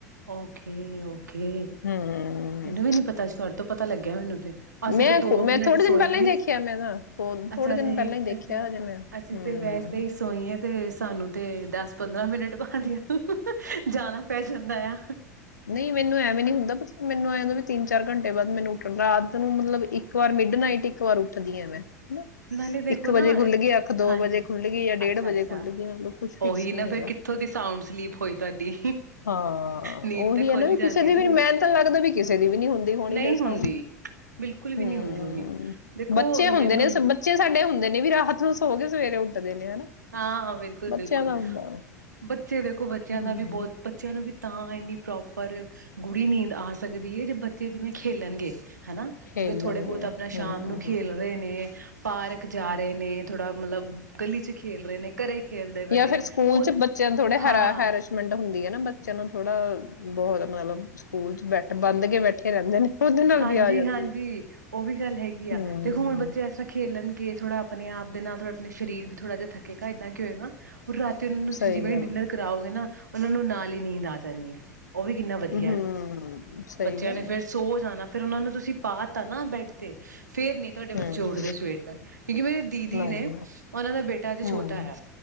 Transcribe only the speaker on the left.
ਹੂੰ
ਮੈਂ
ਮੈਂ
ਥੋੜੇ
ਦਿਨ ਪਹਿਲਾਂ ਹੀ ਦੇਖਿਆ, ਮੈਂ ਨਾ ਥੋੜੇ
ਦਿਨ
ਪਹਿਲਾਂ ਹੀ ਦੇਖਿਆ,
ਅਜੇ ਮੈਂ ਹੂੰ।
ਨਹੀਂ ਮੈਨੂੰ ਐਵੇਂ ਨੀ ਹੁੰਦਾ, ਮੈਨੂੰ ਐਂਹ ਹੁੰਦਾ ਤਿੰਨ ਚਾਰ ਘੰਟੇ ਬਾਅਦ ਮੈਨੂੰ ਉੱਠਣ ਰਾਤ ਨੂੰ ਮਤਲਬ ਇੱਕ ਵਾਰ ਮਿਡ ਨਾਈਟ ਇੱਕ ਵਾਰ ਉੱਠਦੀ ਆ ਮੈਂ ਹਨਾ
ਵਜੇ ਖੁੱਲ ਗਈ ਅੱਖ
ਵਜੇ ਖੁੱਲ ਗਈ ਜਾਂ
ਵਜੇ
ਖੁੱਲ ਗਈ ਮਤਲਬ ਕੁਝ ਫਿਕਸ
ਨਹੀਂ
ਹੈਗਾ
ਹਾਂ
ਉਹੀ
ਹੈ ਨਾ ਵੀ
ਕਿਸੇ ਦੀ
ਵੀ
ਮਿਹਨਤ ਲੱਗਦਾ ਵੀ ਕਿਸੇ ਦੀ ਵੀ ਨੀ ਹੁੰਦੀ ਹੋਣੀ,
ਫੇਰ ਸਾਊਂਡ
ਹੂੰ
ਬੱਚੇ
ਹੁੰਦੇ ਨੇ ਬੱਚੇ ਸਾਡੇ ਹੁੰਦੇ ਨੇ ਵੀ ਰਾਤ ਨੂੰ ਸੋ ਕੇ ਸਵੇਰੇ ਉੱਠਦੇ ਨੇ ਹਨਾ
ਬੱਚਿਆਂ
ਦਾ ਹੁੰਦਾ
ਹਮ
ਖੇਲਣਗੇ
ਹਮ
ਹਮ
ਜਾਂ
ਫੇਰ ਸਕੂਲ
ਚ ਬੱਚਿਆਂ ਥੋੜੇ ਹੈਰਾ
ਹੈਰਸ਼ਮੈਂਟ ਹੁੰਦੀ ਹੈ ਨਾ ਬੱਚਿਆਂ ਨੂੰ ਥੋੜਾ ਬਹੁਤ ਮਤਲਬ ਸਕੂਲ ਚ ਬੈਠ ਬੰਨ ਕੇ ਬੈਠੇ ਰਹਿੰਦੇ ਨੇ ਉਹਦੇ ਨਾਲ
ਵੀ ਆ ਜਾਂਦੀ
ਹੈ
ਹਮ
ਸਹੀ
ਗੱਲ
ਹੈ
ਹਮ
ਸਹੀ
ਗੱਲ
ਹੈ
ਹਮ
ਨਹੀਂ
ਹਮ